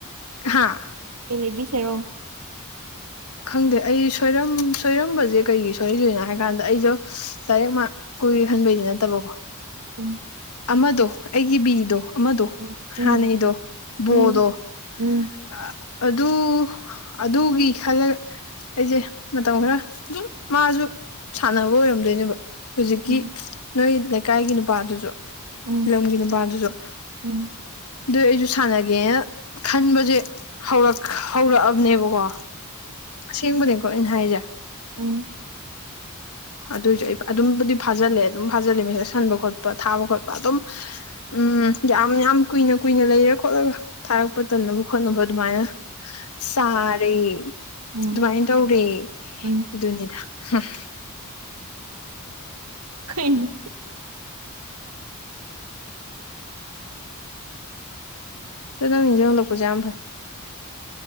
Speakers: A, on the left; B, on the right.
A: ꯍꯥꯥ
B: ꯄ ꯂꯩꯕꯤꯁꯦꯔꯣ
A: ꯈꯪꯗꯦ ꯑꯩ ꯁꯣꯏꯔ ꯁꯣꯏꯔꯝꯕꯁꯦ ꯀꯩꯒꯤ ꯁꯣꯏꯔꯤꯗꯣꯏꯅꯣ ꯍꯥꯏ ꯀꯥꯟꯗ ꯑꯩꯁꯨ ꯂꯥꯏꯏꯔꯤꯦꯛ ꯀꯨꯏꯍꯟꯕꯩꯗꯤ ꯅꯠꯇꯕꯀꯣ
B: ꯎꯝ
A: ꯑꯃꯗꯣ ꯑꯩꯒꯤ ꯕꯤꯗꯣ ꯑꯃꯗꯣ
B: ꯎꯝ ꯎꯝ
A: ꯍꯅꯩꯗꯣ
B: ꯎꯝ
A: ꯕꯣꯗꯣ
B: ꯎꯝ ꯎꯝ
A: ꯑ ꯑꯗꯨ ꯑꯗꯨꯒꯤ ꯈꯜꯂꯒ ꯑꯩꯁꯦ ꯃꯇꯝ ꯈꯔ ꯑꯗꯨꯝ ꯃꯥꯁꯨ ꯁꯥꯟꯅꯕ ꯑꯣꯏꯔꯝꯗꯣꯏꯅꯦꯕ ꯍꯧꯖꯤꯛꯀꯤ
B: ꯎꯝ
A: ꯅꯣꯏ ꯂꯩꯀꯥꯏꯒꯤ ꯅꯨꯄꯥꯗꯨꯁꯨ
B: ꯎꯝ
A: ꯂꯝꯒꯤ ꯅꯨꯄꯥꯗꯨꯁꯨ
B: ꯎꯝ ꯎꯝ
A: ꯑꯗꯨ ꯑꯩꯁꯨ ꯁꯥꯟꯅꯒꯦꯅ ꯈꯟꯕꯁꯦ ꯍꯧꯛ ꯍꯧꯔꯛꯑꯕꯅꯦꯕꯀꯣ ꯑꯁꯦꯡꯕꯅꯦꯀꯣ ꯑꯩꯅ ꯍꯥꯏꯖꯦ
B: ꯎꯝ
A: ꯑꯗꯨꯏꯁꯨ ꯑꯩ ꯑꯗꯨꯝꯕꯨꯗꯤ ꯐꯥꯖꯤꯜꯂꯦ ꯑꯗꯨꯝ ꯐꯥꯖꯤꯜꯂꯦ ꯃꯁꯛ ꯁꯟꯕ ꯈꯣꯠꯄ ꯊꯥꯕ ꯈꯣꯠꯄ ꯑꯗꯨꯝ ꯎꯝ ꯎꯝ ꯌꯥꯝ ꯌꯥꯝ ꯀꯨꯏꯅ ꯀꯨꯏꯅ ꯂꯩꯔ ꯈꯣꯠꯂꯒ ꯊꯥꯔꯛꯄ ꯇꯟꯅꯕ ꯈꯣꯠꯅꯕ ꯑꯗꯨꯃꯥꯏꯅ ꯆꯥꯔꯦ
B: ꯎꯝ ꯎꯝ
A: ꯑꯗꯨꯃꯥꯏꯅ ꯇꯧꯔꯦ
B: ꯎꯝ
A: ꯑꯗꯨꯅꯤꯗ ꯍꯥꯐ
B: ꯀꯩꯅꯅ
A: ꯑꯗꯨ ꯅꯪ ꯅꯤꯡꯖ ꯂꯧꯛꯄꯖꯥꯩ